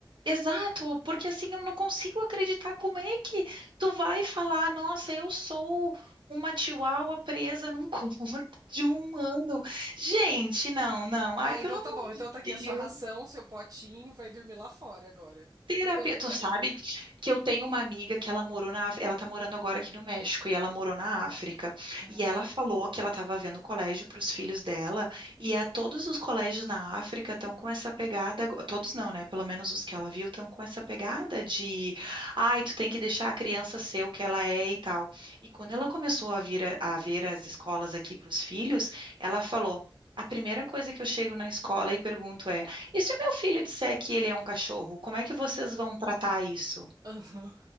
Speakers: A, on the right; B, on the right.
A: Exato, porque assim eu não consigo acreditar como é que tu vai falar, nossa, eu sou uma chihuahua presa num <laughs> corpo de um humano. Gente, não, não. Ai,
B: Ah,
A: pelo
B: então
A: amor
B: tá bom. Então
A: de
B: tá aqui
A: Deus.
B: a sua ração, seu potinho, vai dormir lá fora agora.
A: Terapia,
B: Eu-
A: tu sabe que eu tenho uma amiga que ela morou na, Af- ela tá morando agora aqui no México e ela morou na África.
B: Ah,
A: E ela falou que ela estava vendo colégio para os filhos dela e a todos os colégios na África estão com essa pegada, ago- todos não, né? Pelo menos os que ela viu estão com essa pegada de, ai, tu tem que deixar a criança ser o que ela é e tal. E quando ela começou a vir a, a ver as escolas aqui para os filhos, ela falou: A primeira coisa que eu chego na escola e pergunto é e se o meu filho disser que ele é um cachorro, como é que vocês vão tratar isso?
B: aham.